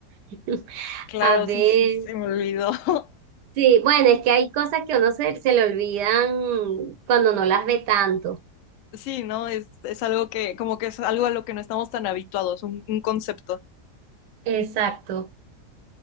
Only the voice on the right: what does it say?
<laughs>
A ver,
sí, bueno, es que hay cosas que a uno se, se le olvidan cuando no las ve tanto.
Exacto.